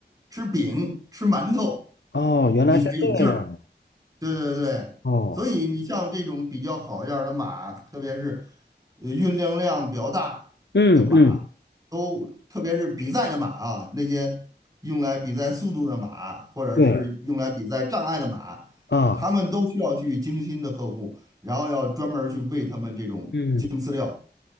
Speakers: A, on the right; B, on the left.
A: 吃饼、吃馒头，
B: 哦，原来是这样的。
A: 你才有劲儿。对对对，
B: 哦，
A: 所以你像这种比较好一点儿的马，特别是呃运动量比较大的马，
B: 嗯嗯，
A: 都特别是比赛的马啊，那些用来比赛速度的马，或者是用来比赛障碍的马，
B: 对啊，
A: 他们都需要去精心的呵护，然后要专门儿去喂他们这种精饲料，
B: 嗯